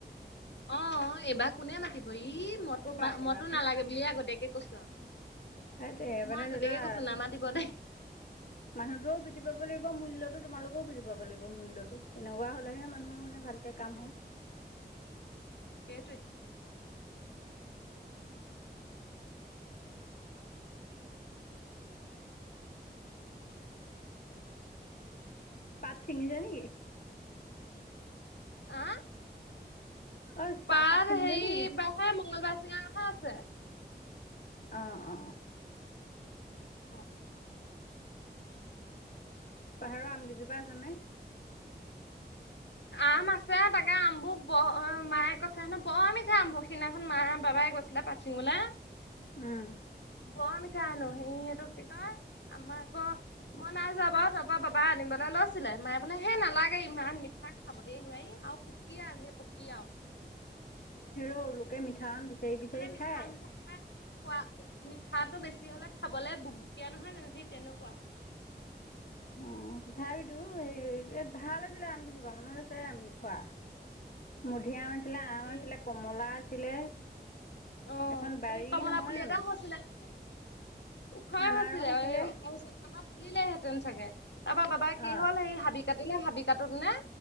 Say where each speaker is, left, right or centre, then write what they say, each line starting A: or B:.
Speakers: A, on the left; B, on the left.
A: অ এইবাৰ কোনে মাতিব ই <unintelligible>
B: ক'ৰ পৰা আনিবা
A: মইতো নালাগে বুলিয়ে আগতীয়াকে কৈছো আৰু
B: হেইটোৱে মানে
A: মই আগতীয়াকে
B: ধৰিলোৱা
A: কৈছো নামাতিব দেই
B: মানুহটোও বিুজি পাব লাগিব। মূল্যতো তোমালোকেও বুজি পাব লাগিব মূল্যতটো, তেনেকুৱা হলেহে মানুহৰ মানে ভালকে কাম হয়। অ
A: সেইটোহে <unintelligible>
B: পাত চিঙিছে নেকি?
A: আহ
B: অ চাহপাত
A: পাৰ
B: ছিঙিছে
A: সেৰি
B: নেকি
A: মঙ্গলবাৰ চিঙা কথা আছে।
B: অ অ
A: হয়
B: পাহাৰৰ আম গিযোপা আছে নে? <inaudible>
A: আম আছে তাকে আমবোৰ মায়ে কৈছে হেনো বৰ মিঠা। সিদিনাখন মায়ে বাবাই কৈছিলে পাছদিনা চি মলা <unintelligible>
B: উম
A: বৰ মিঠা সেনো, সেই এইটো কি কয় আমাৰ আকৌ মই নাই যোৱা বাৰু তাৰপৰা বাবা আনিবলৈ <unintelligible> লৈছিলে মায়ে বোলে হেই নালাগে ইমান মিঠা খাবলৈ নোৱাৰি আৰু পোকীয়া সে পোকীয়া ও
B: হেৰৌ লোকে মিঠা আম বিচাৰি বিচাৰি
A: মিঠা
B: খায়
A: মিঠা একেবাৰে খোৱা মিঠাটো বেছি হলে খাবলে বু বুকীয়া নহয় জনো জি তেনেকুৱা। <unintelligible>
B: অ তথাপিতো সেই ভাল আছিলে আম কেইজোপা মনত আছে আমি খোৱা। মুধিআম
A: উম
B: আছিলে, আম
A: সেই
B: আছিলে, কমলা আছিলে।
A: অ
B: এখন বাৰী
A: এই কমলাপুলি
B: নহয় জানো
A: এটা হৈছিলে ন ওখই
B: আনাৰস
A: হৈছিলে
B: আছিলে
A: আৰু <unintelligible> খুলিলেহেঁতেন চাগে, তাৰ পৰা বাবাই কি
B: অ
A: হল সেই হাবি কাটিলে হাবি কাটোত নে